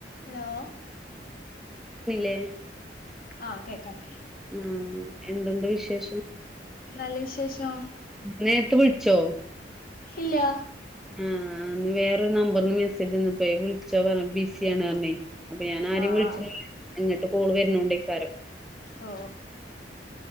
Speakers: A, on the left; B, in the centre.
A: അലോ
B: ന്നില്ലേ
A: അ കേക്കാം കേക്ക
B: ഉം എന്തുണ്ടുവിശേഷം
A: നല്ല വിശേഷം
B: നേരത്ത് വിളിച്ചോ
A: ഇല്ലാ
B: ഉം വേറൊരു നമ്പർന്ന് മെസ്സേജ് വന്നപ്പഴെ വിളിച്ചോ പറ ബിസിയാന്ന് പറഞ്ഞേ അപ്പ ഞാനാ പരേം
A: ആഹ് ആഹ്
B: വിളിച്ചില്ല ഇങ്ങിട്ട് കോള് വരുന്നുണ്ടെനിക്കാരോ
A: ഓ